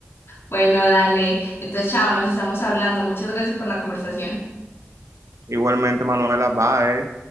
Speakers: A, on the left (about 55°); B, on the right (about 85°).
A: Bueno, dale. Entonces, chao, nos estamos hablando. Muchas gracias por la conversación.
B: Igualmente, Manuela, bye.